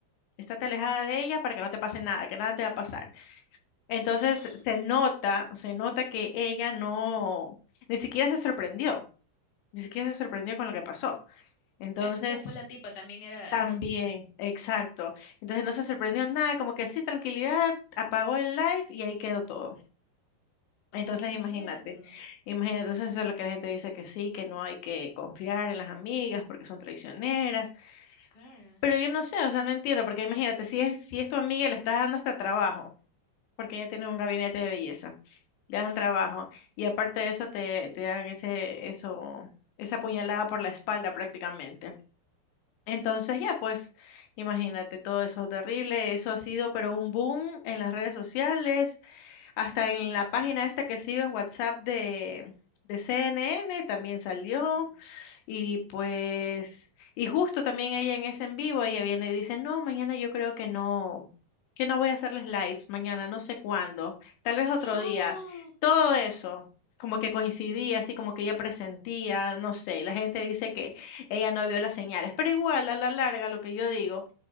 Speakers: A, on the left; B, on the left.
A: estate alejada de ella para que no te pase nada, que nada te va a pasar. Entonces
B: ¡Ah!
A: se nota, se nota que ella no, ni siquiera se sorprendió ni siquiera se sorprendió con lo que pasó. Entonces,
B: Entonces fue la tipa, también era
A: también,
B: cómplice.
A: exacto. Entonces no se sorprendió nada, como que sí, tranquilidad, apagó el live y ahí quedó todo. Entonces,
B: Oye, qué
A: imagínate,
B: miedo.
A: imagínate, entonces eso es lo que la gente dice que sí, que no hay que confiar en las amigas porque son traicioneras.
B: Claro,
A: Pero yo no sé, o sea, no entiendo, porque imagínate, si es, si es tu amiga y le estás dando hasta trabajo, porque ella tiene
B: claro.
A: un gabinete de belleza, le
B: Ajá.
A: dan trabajo, y aparte de eso te, te dan ese, eso, esa puñalada por la espalda prácticamente. Entonces ya, pues imagínate todo eso terrible, eso ha sido pero un boom en las redes sociales, hasta en la página esta que sigo en WhatsApp de, de CNN también salió,
B: ujú.
A: y pues, y justo también ella en ese en vivo, ella viene y dice, no, mañana yo creo que no, que no voy a hacerles lives mañana no sé cuándo, tal vez otro
B: ¡Ah!
A: día. Todo eso, como que coincidía, así como que ella presentía, no sé, y la gente dice que ella no vio las señales, pero igual a la larga lo que yo digo